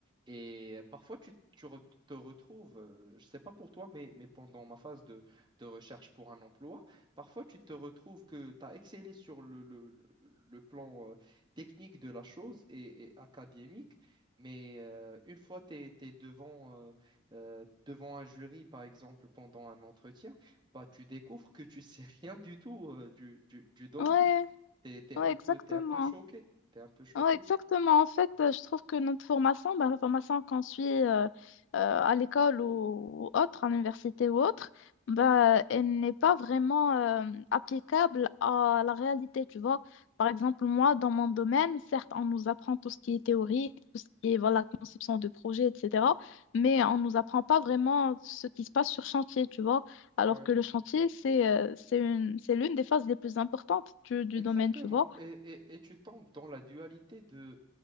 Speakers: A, on the right; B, on the left.
A: Et parfois, tu, tu re- te retrouves, euh, je sais pas pour toi, mais, mais pendant ma phase de de recherche pour un emploi, Parfois, tu te retrouves que tu as excellé sur le, le- le- le- le plan euh, technique de la chose et, et académique, mais euh, une fois que tu es, devant, euh, euh, devant un jury, par exemple, pendant un entretien, bah, tu découvres que tu sais <laughs> rien du tout euh, du, du- du domaine.
B: Ouais.
A: Tu es,
B: Ouais,
A: un
B: exactement.
A: peu, t'es un peu choqué. T'es un peu choqué.
B: Ouais, exactement. En fait, euh, je trouve que notre formation, ben, la formation qu'on suit euh, euh, à l'école ou, ou autre, à l'université ou autre, ben, elle n'est pas vraiment euh, applicable à la réalité, tu vois. Par exemple, moi, dans mon domaine, certes, on nous apprend tout ce qui est théorie, tout ce qui est voilà, conception de projet, etc. Mais on ne nous apprend pas vraiment ce qui se passe sur chantier, tu vois. Alors
A: Ouais,
B: que le chantier, c'est euh, c'est une, c'est l'une des phases les plus importantes du du
A: exactement.
B: domaine, tu vois.
A: Et, et- et tu tombes dans la dualité de